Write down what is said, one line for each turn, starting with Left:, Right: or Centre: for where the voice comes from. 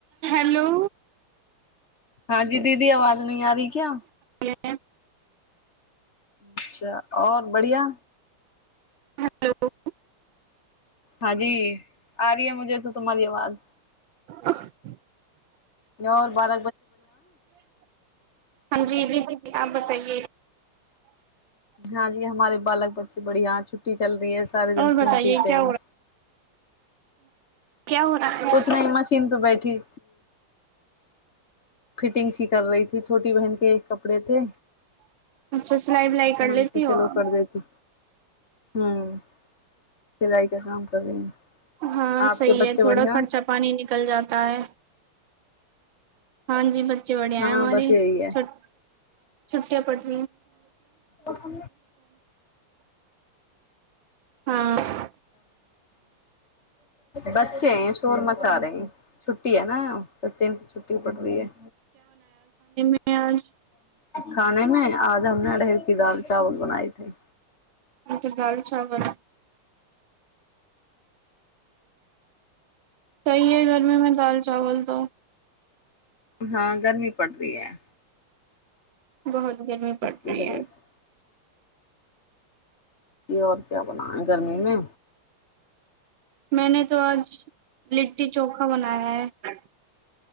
Right: हेलो
Left: हँ जी दी दीदी आवाज नहि आ री क्या
Right: हठ
Left: अच्छा आओर बढ़िआ
Right: हेलो
Left: हँ जी आ रीै मुझे त तुम्ही आवाज
Right: <unintelligible>
Left: नहि ओर बाद
Right: ह जी जी आ बताइए
Left: हँ जी हमारे बालक बच्चे बड़ी हा छटी कि चल है सारे दिन
Right: और बताइए
Left: खून पीते
Right: क्या
Left: है
Right: हो रहा है क्या हो रहा
Left: कछ
Right: है
Left: नहि मशीन पे बैठी फटिंग सी कर रही छोटी बहन के कपड़े थे
Right: अच्छा सिलाई विलाई कर
Left: मन
Right: लेती
Left: की
Right: हो
Left: चलो
Right: आप
Left: कर देती ह सिलाइ क काम कर रही हैं
Right: हँ
Left: आपके
Right: सही
Left: बच्चे
Right: है थोड़ा
Left: बढ़िया
Right: खर्चा पानी निकल जाता है हँ जी ब जी बढ़िया
Left: हाँ
Right: है मोनी
Left: बस यही है
Right: छ छुट पट
Left: ओ सु
Right: हँ
Left: बच्चे शोर मचा रहे हैं छुट्टी है ने बच्चे छुटी पढ़ रही है
Right: ह <inaudible>
Left: खाने मे आज हम ने अढ़ेर की दाल चावल बनाये थे
Right: त त दाल चावल सही है गर्मी मे दाल चावल तो
Left: हँ गर्मी पड़ री है
Right: बहुत गर्मी पड़ती
Left: इसकी वजह
Right: है
Left: से और क्या बनाये गर्मी मे
Right: मैने तो आज लिट्टी चोखा बनाय है